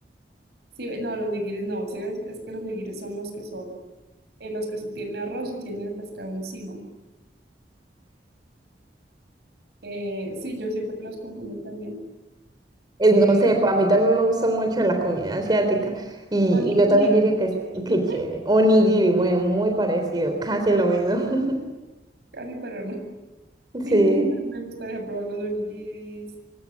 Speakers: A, on the right; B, on the right.
A: sí, ve- no, los nigiris no, sí, ves, es que los nigiris son los que son, eh, los que se tienen arroz y tienen el pescado encima. Eh, sí, yo siempre los confundo también.
B: Es,
A: Eh,
B: no sé, pa- a mí también me gusta mucho la comida asiática y,
A: onigiri,
B: y yo también diría
A: <laughs>
B: que, es-
A: onigiri,
B: que chévere. Onigiri, bueno, muy parecido, casi lo mismo. <laughs>
A: casi, pero no.
B: Sí,
A: Entonces me gustaría probar los onigiris.